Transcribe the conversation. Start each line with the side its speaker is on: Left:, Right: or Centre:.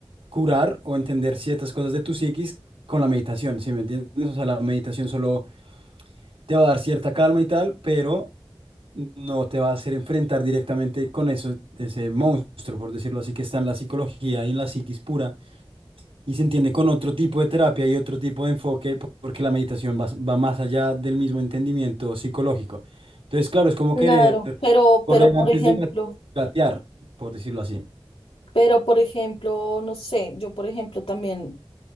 Right: curar o entender ciertas cosas de tu psiquis con la meditación, ¿sí me entiendes? O sea, la meditación solo te va a dar cierta calma y tal, pero no te va a hacer enfrentar directamente con eso, ese monstruo, por decirlo así, que está en la psicología y en la psiquis pura, y se entiende con otro tipo de terapia y otro tipo de enfoque, po- porque la meditación va, va más allá del mismo entendimiento psicológico. Entonces, claro, es como
Left: Claro,
Right: querer
Left: pero,
Right: correr
Left: pero por
Right: antes
Left: ejemplo,
Right: de gat- gatear, por decirlo así.
Left: pero por ejemplo, no sé, yo por ejemplo también,